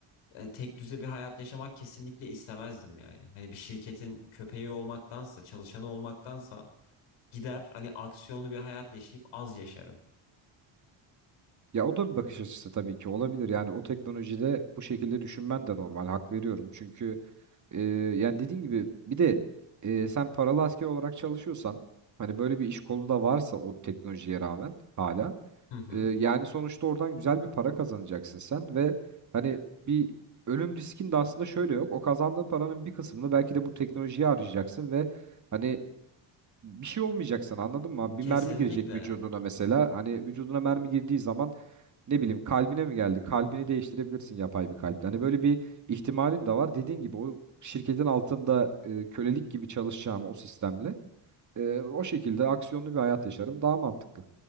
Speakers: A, on the left (about 80°); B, on the right (about 40°).
A: E, tek düze bir hayat yaşamak kesinlikle istemezdim yani. Hani bir şirketin köpeği olmaktansa, çalışanı olmaktansa gider hani aksiyonlu bir hayat yaşayıp az yaşarım.
B: Ya o da bir bakış açısı tabii ki olabilir. Yani o teknolojide bu şekilde düşünmen de normal. Hak veriyorum. Çünkü e, yani dediğin gibi bir de e, sen paralı asker olarak çalışıyorsan hani böyle bir iş kolu da varsa o teknolojiye rağmen hala
A: Hı hı.
B: e, yani sonuçta oradan güzel bir para kazanacaksın sen ve hani bir ölüm riskin de aslında şöyle yok. O kazandığın paranın bir kısmını belki de bu teknolojiye harcayacaksın ve hani bir şey olmayacak sana anladın mı? Bir
A: Kesinlikle.
B: mermi girecek vücuduna mesela. Hani vücuduna mermi girdiği zaman ne bileyim kalbine mi geldi? Kalbini değiştirebilirsin yapay bir kalple. Hani böyle bir ihtimalin de var. Dediğin gibi o şirketin altında e, kölelik gibi çalışacağım o sistemle. e, o şekilde aksiyonlu bir hayat yaşarım. Daha mantıklı.